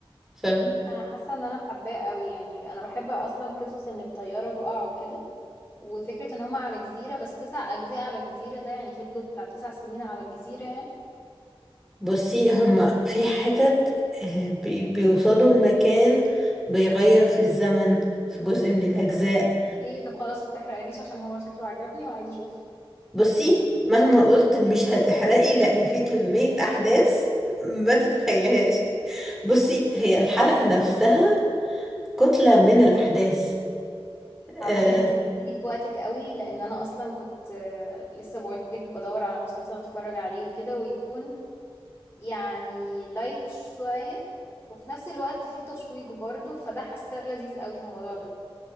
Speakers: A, in the centre; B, on the left.
A: فاهم
B: انا حاسه ان انا حباه قوي يعني انا بحب اصلا قصص ان الطياره تقع وكده وفكره ان هم على جزيره بس تسع اجزاء على جزيره ده يعني فضلوا بتاع تسع سنين على الجزيره يعني
A: بصي هما في حتت آه، بي- بيوصلوا المكان بيغير في الزمن في جزء من الأجزاء
B: ايه طب خلاص متحرقليش عشان هو شكله عجبني وعايزه اشوف
A: بصي مهما قلت مش هتحرقي لأن في كمية أحداث ما تتخيلهاش بصي هي الحلقة نفسها كتلة من الأحداث
B: عامه
A: آه
B: انت جيتيلي في وقتك قوي لان انا اصلا كنت آه، لسه بقولك بدور على مسلسل اتفرج عليه وكده ويكون يعني لايت شويه وفي نفس الوقت فيه تشويق برضه فده حاسه لذيذ قوي في الموضوع ده